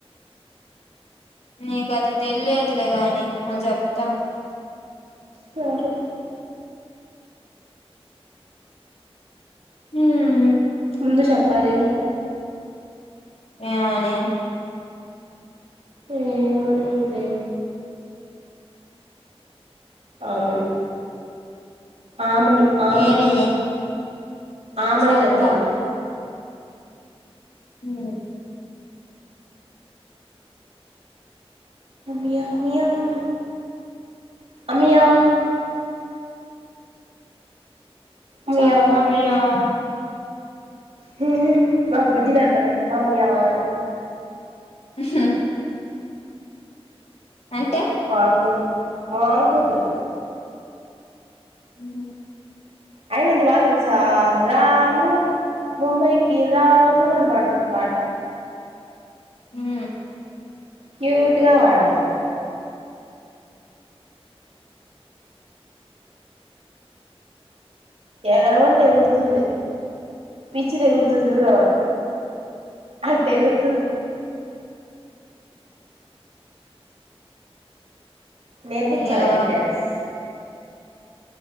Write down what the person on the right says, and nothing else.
సరే
ముందు చెప్పాలిగా
ఏమని అంటే ఆమని ఆమని ఆమని
ఆమని
చెప్పాలి
మియావ్ మియావ్ అమియా అమియా
హు హు మా బుడ్డిదంటది అమియా అని
మామ కూతురు మా మామ కూతురు
అయిన ఎంత బాగా తెలుసా రాను ముంబైకిిరాను అని పాడుతది పాట
క్యూట్ గా పాడతది ఎగరమంటే ఎగురుతుంది పిచ్చిది ఎగురుతుంది చూడు అట్టే ఎగురుతుంది నేర్పించాలి
ఆయమ్మీ కి డ్యాన్స్